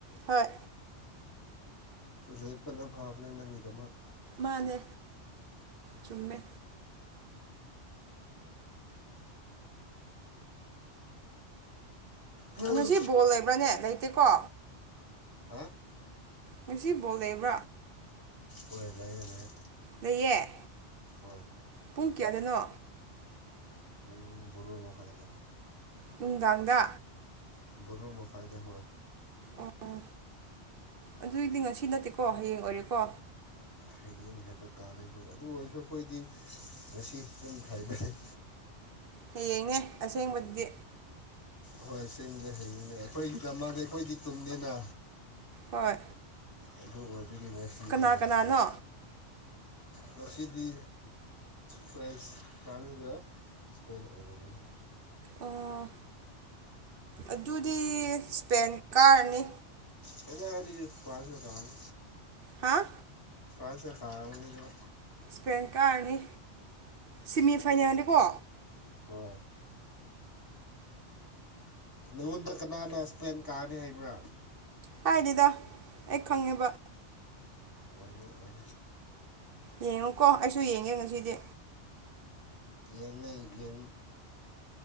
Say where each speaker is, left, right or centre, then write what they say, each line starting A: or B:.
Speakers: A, on the right (about 55°); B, on the left (about 20°).
A: ꯍꯣꯏ꯫
B: ꯂꯦꯄꯅ ꯐꯥꯕꯅꯦ ꯅꯪꯒꯤꯗꯃꯛ꯫
A: ꯃꯥꯅꯦ ꯆꯨꯝꯃꯦ꯫
B: ꯍꯩ
A: ꯉꯁꯤ ꯕꯣꯜ ꯂꯩꯕ꯭ꯔꯅꯦ ꯂꯩꯇꯦꯀꯣ꯫
B: ꯍꯥ꯫
A: ꯉꯁꯤ ꯕꯣꯜ ꯂꯩꯕ꯭ꯔꯥ꯫
B: ꯑꯣꯏ ꯂꯩꯑꯦ ꯂꯩꯑꯦ꯫
A: ꯂꯩꯌꯦ꯫
B: ꯍꯣꯏ꯫
A: ꯄꯨꯡ ꯀꯌꯥꯗꯅꯣ꯫
B: ꯄꯨꯡ ꯕꯣꯔꯣ ꯃꯈꯥꯏꯗ꯫
A: ꯅꯨꯡꯗꯥꯡꯗ꯫
B: ꯕꯔꯣꯃꯥꯈꯥꯏꯗ ꯍꯣꯢ꯫
A: ꯑꯣ ꯑꯗꯨꯏꯗꯤ ꯉꯁꯤ ꯅꯠꯇꯦꯀꯣ ꯍꯌꯦꯡ ꯑꯣꯏꯔꯦꯀꯣ꯫
B: ꯍꯌꯦꯡ ꯍꯥꯏꯕ ꯇꯥꯔꯦ ꯍꯣꯏ ꯑꯗꯨ ꯑꯣꯏꯔꯁꯨ ꯑꯩꯈꯣꯏꯗꯤ ꯉꯁꯤ ꯑꯗꯨꯝ ꯊꯥꯏꯅꯩ꯫
A: ꯍꯌꯦꯡꯅꯦ ꯑꯁꯦꯡꯕꯗꯤ꯫
B: ꯍꯣꯏ ꯑꯁꯦꯡꯕꯗꯤ ꯍꯌꯦꯡꯅꯦ ꯑꯩꯈꯣꯏꯒꯤ ꯗꯃꯥꯡꯗꯤ ꯑꯩꯈꯣꯏ ꯇꯨꯝꯗꯦꯅ꯫
A: ꯍꯣꯏ꯫
B: ꯑꯗꯨ ꯑꯣꯏꯕꯒꯤ ꯑꯣꯏ ꯉꯁꯤꯑꯗꯨꯝ
A: ꯀꯅꯥ
B: ꯑꯣꯏꯕꯅꯤ꯫
A: ꯀꯅꯥꯅꯣ
B: ꯉꯁꯤꯗꯤ ꯐ꯭ꯔꯥꯟꯁ ꯀꯅꯤꯗ꯫ ꯏꯁꯄꯦꯟ ꯑꯣꯏꯔꯝꯒꯅꯤ꯫
A: ꯑꯣ ꯑꯗꯨꯗꯤ ꯏꯁꯄꯦꯟ ꯀꯥꯔꯅꯤ꯫
B: ꯀꯩꯅ ꯍꯥꯏꯗꯤ ꯐꯔꯥꯟꯁꯅ ꯀꯥꯒꯅꯤ꯫
A: ꯍꯥꯥ
B: ꯐ꯭ꯔꯥꯟꯁꯅ ꯀꯥꯥꯔꯅꯤꯗꯣ꯫
A: ꯁꯄꯦꯟ ꯀꯥꯔꯅꯤ ꯁꯤꯃꯤ ꯐꯥꯏꯅꯦꯜꯅꯤꯀꯣ꯫
B: ꯍꯣꯏ ꯅꯪꯉꯣꯟꯗ ꯀꯅꯥꯅ ꯏꯁꯄ꯭ꯂꯦꯟ ꯀꯥꯔꯅꯤ ꯍꯥꯏꯕ꯭ꯔꯥ
A: ꯍꯥꯏꯗꯦꯗ ꯑꯩ ꯈꯪꯉꯦꯕ꯫
B: ꯑꯣꯏ ꯑꯣꯏ
A: ꯌꯦꯡꯉꯨꯀꯣ ꯑꯩꯁꯨ ꯌꯦꯡꯒꯦ ꯉꯁꯤꯗꯤ
B: ꯌꯦꯡꯅꯤ ꯌꯦ